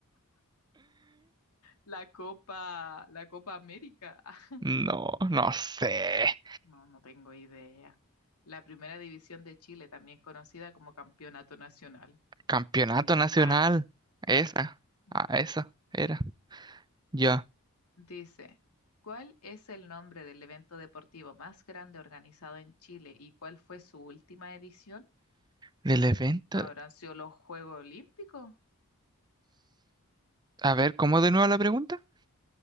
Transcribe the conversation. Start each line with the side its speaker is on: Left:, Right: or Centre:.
Left: la Copa, la Copa América? <laughs>
Right: No, no sé.
Left: No, no tengo idea. La Primera División de Chile, también conocida como Campeonato Nacional.
Right: Campeonato Nacional.
Left: Cuac.
Right: Esa,
Left: Mm,
Right: ah, esa era. Ya,
Left: Dice, ¿cuál es el nombre del evento deportivo más grande organizado en Chile y cuál fue su última edición?
Right: del evento.
Left: ¿Habrán sido los Juegos Olímpicos?
Right: A ver, ¿cómo de nuevo la pregunta?